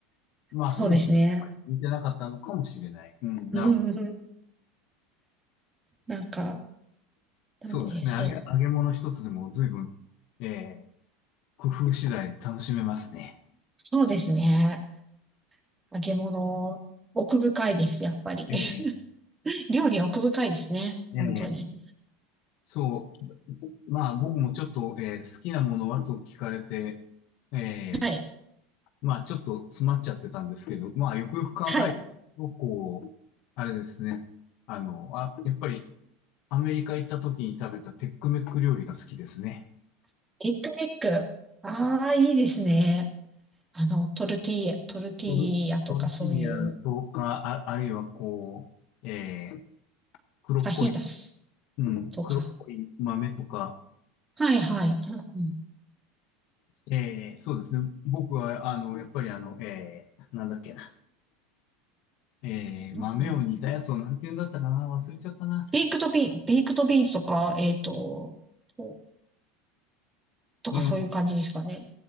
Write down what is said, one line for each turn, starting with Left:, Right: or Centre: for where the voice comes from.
Left: まあ、
Right: そうですね。
Left: そもそもやっぱり似てなかったのかもしれない。うん、なるほど。
Right: <laughs> うんなんか、
Left: そうですね。
Right: なんで、そう、
Left: 揚げ、揚げ物一つでも随分、えー、工夫次第で楽しめますね。
Right: そうですね。揚げ物、奥深いです、やっぱり。
Left: ええ、
Right: <laughs> 料理は奥深いですね。
Left: うん、
Right: 本当に。
Left: そう。まあ僕もちょっと、えー好きなものはと聞かれて、ええ、
Right: はい。
Left: まあちょっと詰まっちゃってたんですけど、まあよくよく考えると、
Right: はい。
Left: こう、あれですね。あの、あ、やっぱりアメリカ行った時に食べたテックメック料理が好きですね。
Right: エッグメック。ああ、いいですね。あの、トルティーヤ、トルティーヤとかそういう、
Left: トル、トルティーヤとか、あ、あるいはこう、えー、黒っぽい、
Right: ファヒータス
Left: うん、
Right: とか。
Left: 黒っぽい豆とか、
Right: はいはい。うん
Left: えー、そうですね。僕は、あの、やっぱりあの、えー、なんだっけな。えー、
Right: うんうん
Left: 豆を煮たやつをなんて言うんだったかな忘れちゃったな。
Right: ベイクドビー、ベイクドビーンズとか、えっと、ととかそういう感じですかね。
Left: うん、